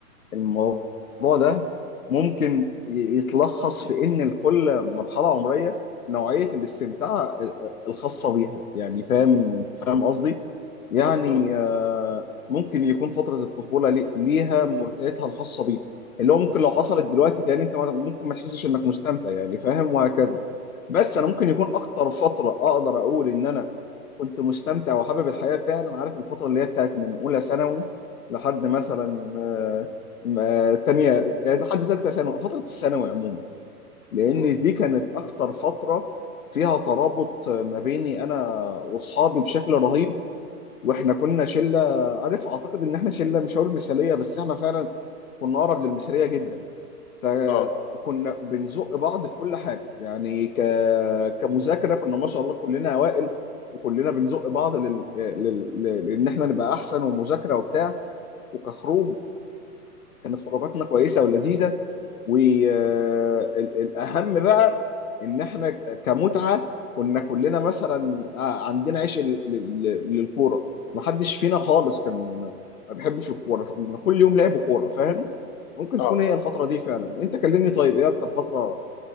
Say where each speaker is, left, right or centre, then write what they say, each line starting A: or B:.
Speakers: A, on the left; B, on the left.
A: الموضوع ده ممكن ي- يتلخص في ان لكل مرحله عمريه نوعيه الاستمتاع ال- الخاصه بيها يعني فاهم فاهم قصدي يعني
B: مم،
A: آه، ممكن يكون فتره الطفوله لي- ليها متعتها الخاصه بيها اللي هو ممكن لو حصلت دلوقتي تاني انت ما- ممكن ما تحسش انك مستمتع يعني فاهم وهكذا بس انا ممكن يكون اكتر فتره اقدر اقول ان انا كنت مستمتع وحابب الحياة فعلا عارف الفترة اللي هي بتاعت من أولى ثانوي لحد مثلا آه، آه، تانية يعني لحد تالتة ثانوي فترة الثانوي عموما لأن
B: مم،
A: دي كانت أكتر فترة فيها ترابط ما بيني أنا وأصحابي بشكل رهيب وإحنا كنا شلة عارف أعتقد إن إحنا شلة مش هقول مثالية بس إحنا فعلا كنا أقرب للمثالية جدا فكنا
B: اه
A: بنزق بعض في كل حاجه يعني ك... كمذاكره كنا ما شاء الله كلنا اوائل وكلنا بنزق بعض لل... لل... لان احنا نبقى احسن ومذاكره وبتاع وكخروج كانت خروجاتنا كويسه ولذيذه والاهم بقى ان احنا كمتعه كنا كلنا مثلا آه، عندنا عيش ال- لل- للكوره ما حدش فينا خالص كان ما بيحبش الكوره فكنا كل يوم لعب كوره فاهم ممكن
B: اه
A: تكون هي الفتره دي فعلا انت كلمني طيب ايه اكتر فتره